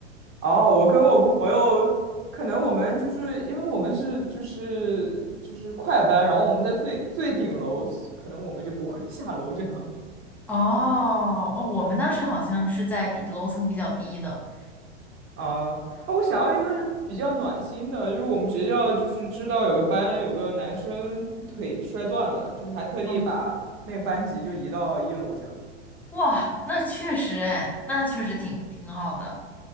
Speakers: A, on the right; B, in the centre.
A: 哦，我跟我朋友，可能我们就是因为我们是就是就是快班，然后我们在最最顶楼，可能我们就不会 <laughs> 下楼这样。
B: 哦哦，我们当时好像是在比楼层比较低的。
A: 啊啊我想要一个比较暖心的，就是我们学校就是知道有个班有个男生腿摔断了，就是还特地把那个班级就移到一楼这样
B: 嗯，哇，那确实哎，那确实挺挺好的。